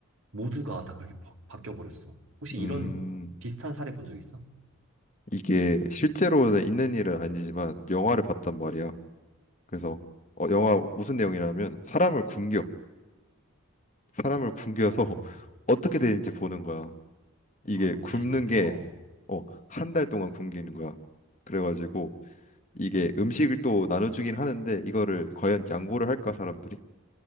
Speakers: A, on the right; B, on the left.
A: 모두가 다 그렇게 바, 바뀌어버렸어. 혹시
B: 음,
A: 이런 비슷한 사례 본 적 있어?
B: 이게 실제로는 있는 일은 아니지만 영화를 봤단 말이야. 그래서 어, 영화 무슨 내용이냐면 사람을 굶겨, 사람을 굶겨서
A: 어, 어.
B: <laughs>
A: 어.
B: 어떻게 되는지 보는 거야. 이게
A: 아, 너무
B: 굶는
A: 잔인한데?
B: 게
A: 어.
B: 어, 한 달 동안 굶기는 거야. 그래가지고 이게 음식을 또 나눠주긴 하는데 이거를 과연 양보를 할까 사람들이?